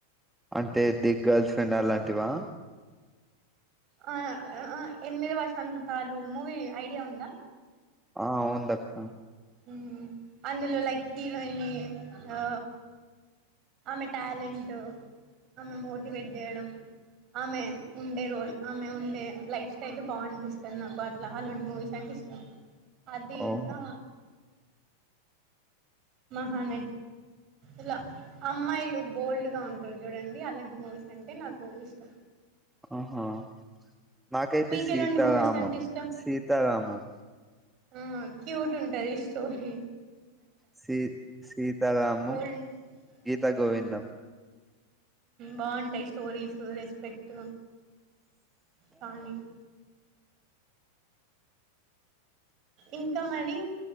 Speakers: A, in the centre; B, on the right.
A: అంటే దిగ్ గర్ల్స్ అలాంటివా
B: అ అ ఎనిమిది వషాంతాలు మూవీ ఐడియా ఉందా
A: ఆ ఉవుందక్క
B: మ్ అందులో లైక్ హీరోయిని ఆ ఆమె టాలెంట్ ఆమె మోటివేట్ చేయడం ఆమె ఉండే రోల్ ఆమె ఉండే లైఫ్ స్టైల్ బాగునిపిస్తుంది నాకు, అట్లా అలాంటి మూవీస్ అంటే ఇష్టం అది
A: ఓహో
B: ఇంకా మహాన ఇలా అమ్మాయిలు బోల్డ్ గా ఉంటు చూడండి అలాంటి మూవీస్ అంటే నాకు ఇష్టం
A: ఆహా మాకైతే
B: మీకు
A: సీతారామం
B: ఎలాంటి మూవీస్ అంటే ఇష్టం
A: సీతారామం
B: ఆ క్యూట్ ఉంటది సోహి
A: సీ సీతారమం
B: ఓల్డ్
A: గీత గోవిందం
B: మ్మ్ బాగుంటాయి స్టోరీస్ రెస్పెక్ట్ కానీ ఇంకా మరి